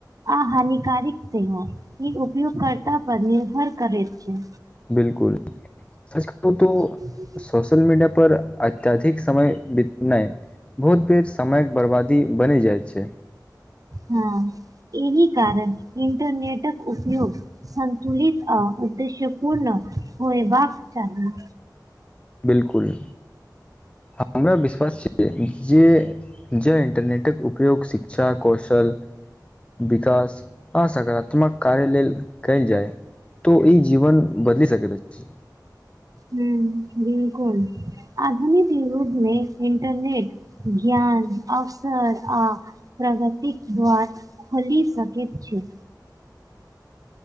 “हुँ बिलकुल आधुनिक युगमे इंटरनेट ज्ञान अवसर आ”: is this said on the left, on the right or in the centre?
Right